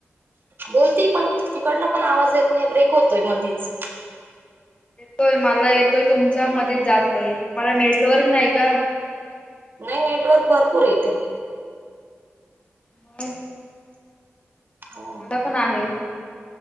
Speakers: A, on the right (about 50°); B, on the left (about 25°).
A: बोलती पण तिकडनं पण आवाज येत नाही ब्रेक होतोय मधीच.
B: होय मला येतोय तुमच्या मध्ये जातोय तुम्हाला नेटवर्क नाही का.
A: नाही नेटवर्क भरपूर इथे.
B: मग.
A: हो
B: मला पण आहेत.